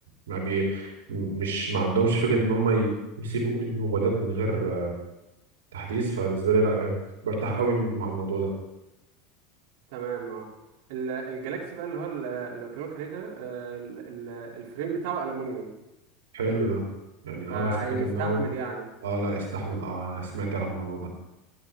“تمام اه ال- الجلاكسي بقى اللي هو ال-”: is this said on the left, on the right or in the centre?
Right